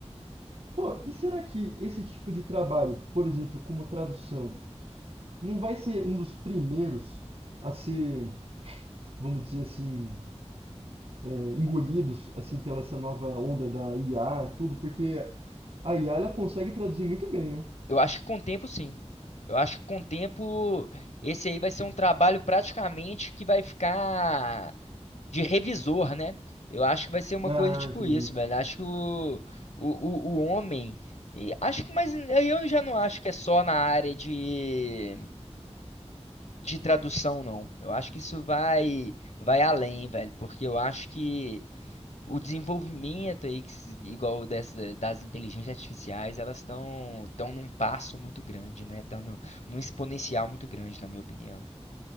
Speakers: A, on the right (about 60°); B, on the left (about 75°).
A: Pô, e será que esse tipo de trabalho, por exemplo, como tradução, não vai ser um dos primeiros a ser, vamos dizer assim, é, engolidos assim pela essa nova onda da IA, e tudo, porque a IA ela consegue traduzir muito bem, né?
B: Eu acho que com o tempo, sim. Eu acho que com o tempo, esse aí vai ser um trabalho praticamente que vai ficar de revisor, né? Eu acho que vai ser uma
A: Ah,
B: coisa tipo
A: entendi.
B: isso, velho. Acho que o, o, o, o homem. E acho que, mas eu já não acho que é só na área de, de tradução, não. Eu acho que isso vai, vai além, velho, porque eu acho que o desenvolvimento aí, que se- igual dessa, das inteligências artificiais, elas estão estão num passo muito grande, né? Estão no, num exponencial muito grande, na minha opinião.